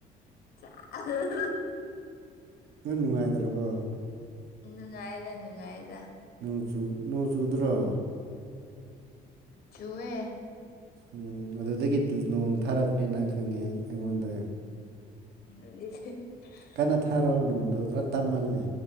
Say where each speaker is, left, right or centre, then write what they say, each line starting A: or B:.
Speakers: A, on the left; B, on the right.
A: ꯆꯦ ꯑ ꯍꯥ ꯍꯥ
B: ꯅꯪ ꯅꯨꯡꯉꯥꯏꯇ꯭ꯔꯕꯣ
A: ꯅꯨꯡꯉꯥꯏꯗ ꯅꯨꯡꯉꯥꯏꯗ
B: ꯅꯣꯡꯆꯨ ꯅꯣꯡ ꯆꯨꯗ꯭ꯔꯣ
A: ꯆꯨꯋꯦ
B: ꯎꯝ ꯑꯗꯨꯗꯒꯤ ꯅꯣꯡ ꯊꯥꯔꯛꯄꯅꯦ ꯅꯪ ꯈꯪꯉꯦ ꯑꯩꯉꯣꯟꯗ
A: <unintelligible>
B: ꯀꯟꯅ ꯊꯥꯔꯛꯑꯣ ꯅꯣꯡꯗꯣ ꯈꯔ ꯇꯞꯃꯜꯂꯦ